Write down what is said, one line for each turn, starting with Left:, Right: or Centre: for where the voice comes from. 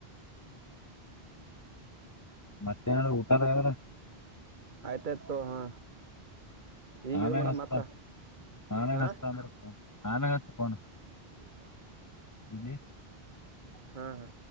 Left: ಮತ್ತೆನ ಊಟದವರ
Right: ಆಯ್ತಾಯ್ತು ತೊ ಹಾ ಈಗ
Left: ಆಮೇಾಗ
Right: ಇದು ಮಾಡಮ್
Left: ಹಸ್ತ
Right: ಮತ್ತ
Left: ಆಮೇಾಗ
Right: ಹಾ
Left: ಹಸ್ತ ಅಂದ್ರೆ ಫೋನ್ ಆಮೇಾಗ ಹತ ಫೋನ್
Right: ಹ
Left: ಇಲ್ಲಿ
Right: ಹಾ ಹಾ